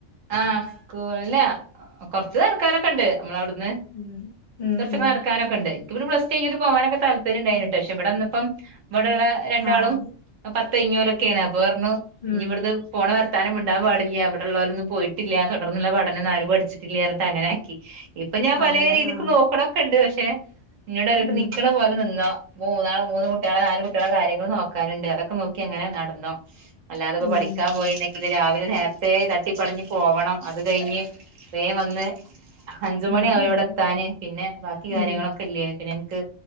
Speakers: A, on the right; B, on the left.
A: ആ സ്കൂളിലാ കൊറച്ച് നടക്കാനോക്കൊണ്ട് നമ്മളവിടു ന്ന്
B: ഉം ഉം
A: കൊറച്ചൊക്കെ
B: ഉം
A: നടക്കാനൊക്കൊണ്ട് ക്ക് പിന്നെ പ്ലസ്ടു കയിഞ്ഞിട്ട് പോകാനൊക്കെ താല്പര്യം ഉണ്ടായിന്ട്ട് പക്ഷെ ഇവിടെ വന്നപ്പം ഇവിടൊള്ള രണ്ടാളും
B: ആഹ്
A: പ തേഞ്ഞോലൊക്കെയാണ് അപ്പൊ പറഞ്ഞു
B: ഉം
A: ഇനി ഇവിടുന്ന് പോണ വർത്താനം മിണ്ടാൻ പാടില്യാ ഇവിടൊള്ളോരൊന്നും പോയിട്ടില്ലാ തുടർന്നുള്ള പഠനം ഒന്നും ആരും പഠിച്ചിട്ടില്യാ എന്നിട്ട് അങ്ങനെ ആക്കി ഇപ്പൊ ഞാൻ
B: അതെല്ലേ
A: പലേ രീതിക്ക്
B: ആഹ്
A: നോക്കണൊക്കെ ഇണ്ട് പക്ഷെ നിന്നോട് അറിയിപ്പ
B: ഉം
A: നിക്കണ പോലെ നിന്നോ മൂന്നാ മൂന്ന് കുട്ടികളെ നാല് കുട്ടികളെ കാര്യങ്ങള് നോക്കാൻ ഇണ്ട് അതൊക്കെ നോക്കി അങ്ങനെ നടന്നോ അല്ലാതെ ഇപ്പൊ
B: ഉം
A: പഠിക്കാൻ പോയിരുന്നെങ്കില് രാവിലെ നേരത്തെ ത ട്ടിപ്പടിഞ്ഞു പോവണം അത് കയിഞ്ഞ് വേം വന്ന് അഞ്ച്
B: ഉം
A: മണി അവും ഇവ്ടെ
B: ഉം
A: എത്താന് പിന്നെ ബാക്കി കാര്യങ്ങളൊക്കെ
B: ഉം
A: ഇല്ല്യേ പിന്നെ ക്ക്